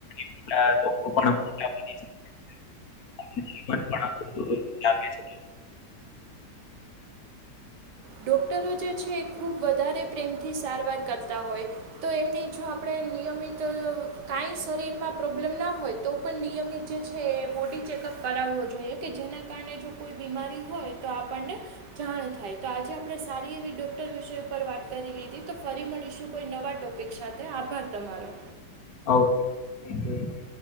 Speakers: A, on the left; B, on the right.
A: મોટા રોગો પણ મોટા બનઈ શકે છે. જીવન પણ આ <inaudible> લાગે છે.
B: ડોક્ટરો જે છે. ખૂબ વધારે પ્રેમથી સારવાર કરતા હોય તો એમની જો આપડે નિયમિત અ કાંઈ શરીરમાં પ્રોબ્લેમ ના હોય તો પણ નિયમિત જે છે એ બોડી ચેકઅપ કરાવવો જોઈએ કે જેના કારણે જો કોઈ બીમારી હોય તો આપણને જાણ થાય. તો આજે આપણે સારી એવી ડોક્ટર વિષય ઉપર વાત કરી લીધી તો ફરી મળીશું કોઈ નવા ટોપીક <inaudible> તે આભાર તમારો.
A: હવ <inaudible>